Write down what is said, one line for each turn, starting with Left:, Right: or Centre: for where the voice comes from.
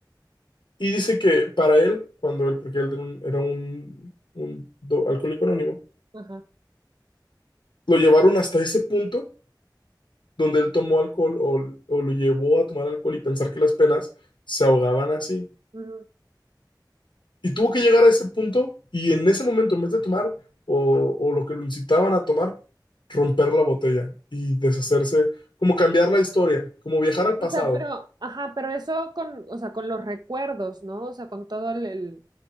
Left: Y dice que para él, cuando él, porque él era un, era un- un do- alcohólico anónimo,
Right: ajá,
Left: lo llevaron hasta ese punto donde él tomó alcohol o, o lo llevó a tomar alcohol y pensar que las penas se ahogaban así.
Right: ujú.
Left: Y tuvo que llegar a ese punto y en ese momento, en vez de tomar o, o lo que lo incitaban a tomar, romper la botella y deshacerse, como cambiar la historia, como viajar al
Right: O
Left: pasado.
Right: sea, pero, ajá, pero eso con, o sea, con los recuerdos, ¿no? O sea, con todo el, el,